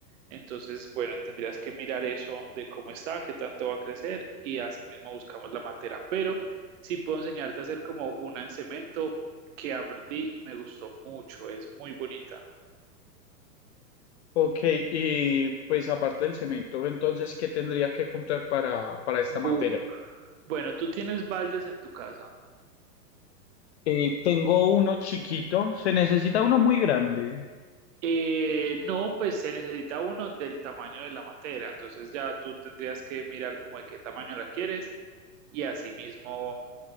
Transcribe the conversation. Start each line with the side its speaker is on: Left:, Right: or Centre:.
Right: Entonces, bueno, tendrías que mirar eso de cómo está, qué tanto va a crecer y así mismo buscamos la materia. Pero sí puedo enseñarte a hacer como una en cemento que aprendí y me gustó mucho, es muy bonita.
Left: Ok, y pues aparte del cemento, entonces, ¿qué tendría que comprar para, para esta
Right: Bu-
Left: materia?
Right: bueno, tú tienes baldes en tu casa.
Left: Eh, tengo uno chiquito, se necesita uno muy grande.
Right: Eh, no, pues se necesita uno del tamaño de la materia, entonces ya tú tendrías que mirar como de qué tamaño la quieres y así mismo